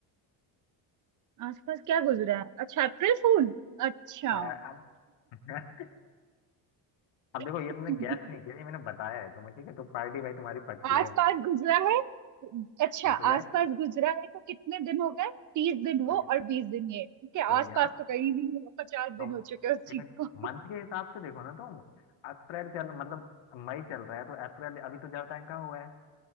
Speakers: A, on the right; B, on the left.
A: आस पास क्या गुजरा है अच्छा अप्रैल फूल अच्छा
B: अ, अब <laughs> अब देखो
A: <laughs>
B: ये तुमने गैस नहीं किया ये मैंने बताया है तुम्हें ठीक है तो पार्टी भाई तुम्हारी पक्की
A: आस
B: है
A: पास गुजरा है अच्छा
B: हाँ तो यार
A: आस पास गुजरा है तो कितने दिन हो गए तीस दिन
B: तो,
A: वो और बीस दिन ये ठीक है
B: तो
A: आस
B: यार
A: पास तो कहीं नहीं है पचास
B: तुम
A: दिन हो चुके हैं उस चीज
B: एक मिनट
A: को
B: मंथ के हिसाब से देखो ना तुम अप्रैल चल मतलब मई चल रहा है तो अप्रैल अभी तो ज्यादा टाइम कहाँ हुआ है